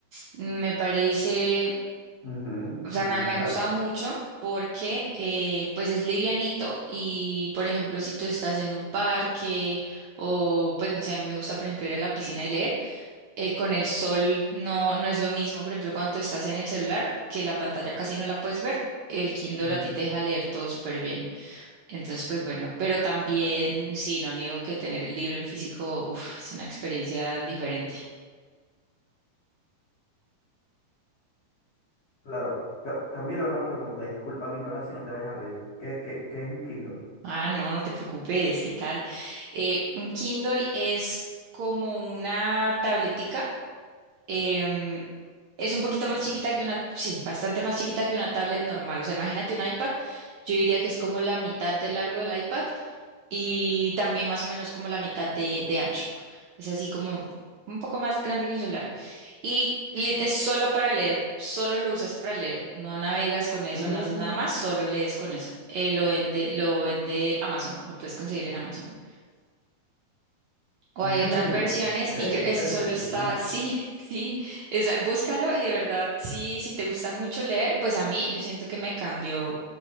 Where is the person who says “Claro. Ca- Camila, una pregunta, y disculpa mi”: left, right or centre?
Left